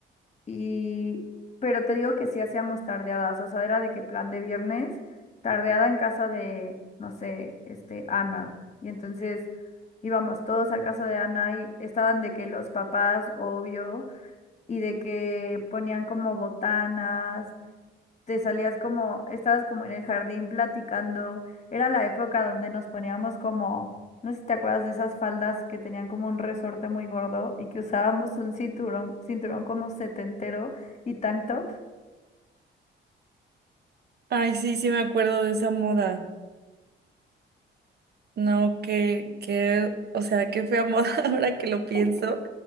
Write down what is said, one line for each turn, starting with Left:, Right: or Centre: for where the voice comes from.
Left: Y, pero te digo que sí hacíamos tardeadas, o sea, era de que plan de viernes, tardeada en casa de, no sé, este, Ana. Y entonces íbamos todos a casa de Ana y estaban de que los papás, obvio, y de que ponían como botanas te salías como, estabas como en el jardín platicando. Era la época donde nos poníamos como, no sé si te acuerdas de esas faldas que tenían como un resorte muy gordo y que usábamos un cinturón, cinturón como setentero y tank top.
Right: Ay, sí, sí me acuerdo de esa moda. No, que, que, o sea, qué fea moda <laughs> ahora que lo pienso.
Left: <laughs>